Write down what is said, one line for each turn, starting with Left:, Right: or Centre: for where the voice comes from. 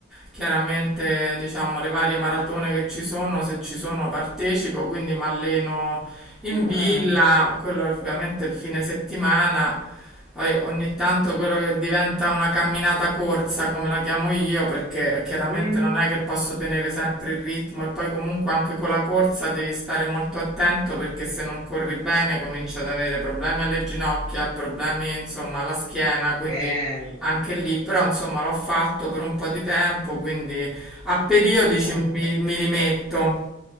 Centre: chiaramente diciamo le varie maratone che ci sono, se ci sono partecipo, quindi mi alleno in
Right: no,
Centre: villa, quello è ovviamente il fine settimana, poi ogni tanto quello che diventa una camminata corsa, come la chiamo io, perché chiaramente
Right: mm,
Centre: non è che posso tenere sempre il ritmo e poi comunque anche con la corsa devi stare molto attento perché se non corri bene cominci ad avere problemi alle ginocchia, problemi insomma alla schiena,
Right: la schiena.
Centre: quindi anche lì, però insomma l'ho fatto per un po' di tempo, quindi a periodi ci-
Right: Ah,
Centre: mi, mi rimetto.